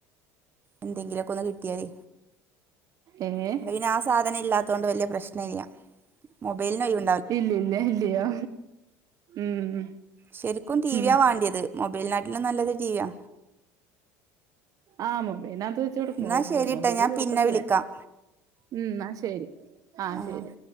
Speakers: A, on the right; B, on the right.
A: എന്തെങ്കിലൊക്കെ ഒന്ന് കിട്ടിയാല്
B: ഏഹ്
A: ഇവിടെ പിന്നെ ആഹ് സാധനം ഇല്ലാത്തത്കൊണ്ട് വലിയ പ്രശ്നല്ല മൊബൈലിന് ഒഴിവൊ
B: ഇല്ല ഇല്ല ഇല്ലയോ ഉം
A: ശരിക്കും ടിവിയാ
B: ഉം
A: വാണ്ടിയത് മൊബൈലനാട്ടിലും നല്ലത് ടിവിയാ
B: ആഹ് മൊബൈലിനകത്ത് വെച്ച് കൊടുക്കും
A: എന്നാ ശരിട്ടാ
B: മൊബൈല്
A: ഞാൻ
B: കൊടുക്കത്തില്ല
A: പിന്നെ വിളിക്കാം
B: ഉം ന്നാ ശരി ആഹ്
A: ആ
B: ശരി